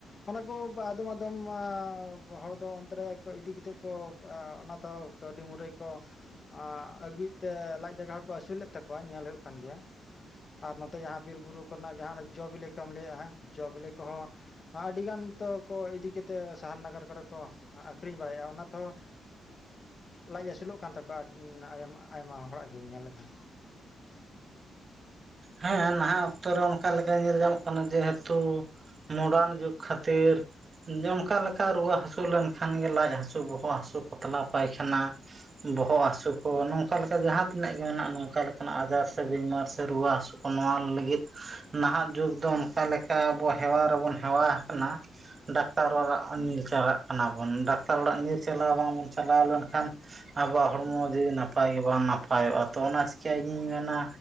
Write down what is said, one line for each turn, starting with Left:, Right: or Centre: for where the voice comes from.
Left: ᱚᱱᱟᱠᱚᱵ ᱟᱫᱚᱢ ᱟᱫᱚᱢ ᱟᱸᱻᱵᱚ ᱦᱚᱲ ᱫᱚ ᱚᱱᱛᱮ ᱨᱮ ᱠᱚ ᱤᱫᱤ ᱠᱤᱛᱮᱫ ᱠᱚ ᱟᱻ ᱚᱱᱟ ᱛᱚ ᱟᱹᱣᱰᱤ ᱢᱩᱨᱟᱹᱭ ᱠᱚ ᱟᱸᱻ ᱟᱹᱜᱩᱭᱮᱫ ᱛᱮ ᱞᱟᱡ ᱫᱟᱠᱟ ᱦᱚᱸᱠᱚ ᱟᱹᱥᱩᱞᱮᱫ ᱛᱟᱠ ᱠᱚᱣᱟᱜ ᱧᱮᱞ ᱦᱩᱭᱩᱜ ᱠᱟᱱ ᱜᱮᱭᱟ᱾ <inaudible> ᱟᱨ ᱱᱚᱛᱮ ᱡᱟᱦᱟᱸ ᱵᱤᱨ ᱵᱩᱨᱩ ᱠᱚᱨᱮᱱᱟᱜ ᱡᱟᱦᱟᱸᱱᱟᱜ ᱡᱚ ᱵᱤᱞᱤ ᱠᱚᱢ ᱞᱟᱹᱭᱮᱫᱼᱟ ᱡᱚ ᱵᱤᱞᱤ ᱠᱚᱦᱚᱸ ᱟᱹᱰᱤᱜᱟᱱ ᱛᱚ ᱠᱚ ᱤᱫᱤ ᱠᱟᱛᱮᱫ ᱥᱟᱦᱟᱨ ᱱᱟᱜᱟᱨ ᱠᱚᱨᱮ ᱠᱚ ᱟᱹᱠᱷᱨᱤᱧ ᱵᱟᱲᱟᱭᱟ ᱚᱱᱟ ᱛᱮᱦᱚᱸ ᱞᱟᱡ ᱟᱹᱥᱩᱞᱚᱜ ᱠᱟᱱ ᱛᱟᱠᱚᱣᱟ ᱟᱭᱢᱟ ᱟᱭᱢᱟ ᱦᱚᱲᱟᱜ ᱜᱤᱧ ᱧᱮᱞ ᱮᱫᱟ ᱾ <inaudible>
Right: ᱦᱮᱸ ᱱᱟᱦᱟᱜ ᱚᱠᱛᱚ ᱨᱮ ᱚᱱᱠᱟ ᱞᱮᱠᱟ ᱧᱮᱞ ᱧᱟᱢᱚᱜ ᱠᱟᱱᱟ ᱡᱮᱦᱮᱛᱩ ᱢᱚᱰᱟᱨᱱ ᱡᱩᱜᱽ ᱠᱷᱟᱹᱛᱤᱨ ᱚᱱᱠᱟ ᱞᱮᱠ <unintelligible> ᱨᱩᱣᱟᱹ ᱦᱟᱹᱥᱩ ᱞᱮᱱᱠᱷᱟᱱ ᱜᱮ ᱞᱟᱡ ᱦᱟᱹᱥᱩ ᱵᱚᱦᱚᱜ ᱦᱟᱹᱥᱩ ᱯᱟᱛᱞᱟ ᱯᱟᱭᱠᱷᱟᱱᱟ, ᱵᱚᱦᱚᱜ ᱦᱟᱹᱥᱩ ᱠᱚ ᱱᱚᱝᱠᱟ ᱞᱮᱠᱟ ᱡᱟᱦᱟᱸ ᱛᱤᱱᱟᱹᱜ ᱜᱮ ᱢᱮᱱᱟᱜᱼᱟ ᱱᱚᱝᱠᱟ ᱞᱮᱠᱟᱱᱟᱜ ᱟᱡᱟᱨ ᱥᱮ ᱵᱤᱢᱟᱨ ᱥᱮ ᱨᱩᱣᱟᱹ ᱦᱟᱹᱥᱩ ᱠᱚ ᱱᱚᱣᱟ ᱞᱟᱹᱜᱤᱫ ᱱᱟᱦᱟᱜ ᱡᱩᱜᱽ ᱫᱚ ᱚᱱᱠᱟ ᱞᱮᱠᱟ ᱟᱵᱚ ᱦᱮᱣᱟ ᱨᱮᱵᱚᱱ ᱦᱮᱣᱟ ᱟᱠᱟᱱᱟ ᱾ ᱰᱟᱠᱛᱟᱨ ᱚᱲᱟᱜ ᱧᱤᱨ ᱪᱟᱞᱟᱜ ᱠᱟᱱᱟᱵᱚᱱ ᱾ ᱰᱟᱠᱛᱟᱨ ᱚᱲᱟᱜ ᱧᱤᱨ ᱪᱟᱞᱟᱣ ᱵᱟᱝ ᱵᱚᱱ ᱪᱟᱞᱟᱣ ᱞᱮᱱ ᱠᱷᱟᱱ ᱟᱵᱚᱣᱟᱜ ᱦᱚᱲᱢᱚ ᱡᱤᱣᱤ ᱱᱟᱯᱟᱭ ᱜᱮ ᱵᱟᱝ ᱱᱟᱯᱟᱭᱚᱜᱼᱟ ᱛᱚ ᱚᱱᱟ ᱪᱤᱠᱟᱹ ᱜᱮᱧ ᱢᱮᱱᱟ